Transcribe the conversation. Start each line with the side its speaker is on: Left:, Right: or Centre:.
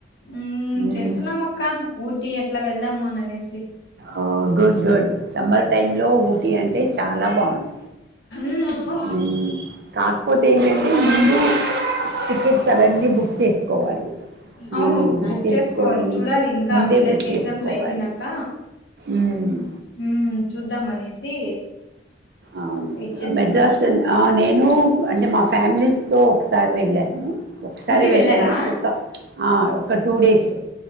Left: ఉమ్
Right: మ్మ్.
Left: చేస్తున్నాం అక్క ఊట్ టీ ఎట్లా వెళ్దాముఅని అనేసి
Right: ఓ గుడ్ గుడ్ సమ్మర్ టైమ్ లో ఊటీ అంటే చాలా బాగుంటుంది
Left: ఉమ్ పో
Right: ఉమ్ కాకపోతే ఏంటంటే ముందు టికెట్స్ అవన్నీ బుక్ చేసుకోవాలి ఆ,
Left: అవును బుక్
Right: చేసుకొని
Left: చేసుకోవాలి చూడాలి ఇంకా
Right: ముందే
Left: పిల్లలకి
Right: బుక్ చేసుకోవాలి
Left: ఎగ్జామ్స్ అయిపోయినాక
Right: మ్మ్.
Left: హ్మ్ చూద్దాం, అనేసి
Right: అవును
Left: వెయిట్ చేస్తున్నాము
Right: మెద్రాస్ వెళ్ ఆన్ నేను అంటే మా ఫ్యామిలీస్తో ఒకసారి వెళ్ళాను. ఒకసారి
Left: ఊటీ
Right: వేళ్లని
Left: వెళ్ళారా
Right: ఒక్క ప్చ్ ఆ ఒక టూ డేస్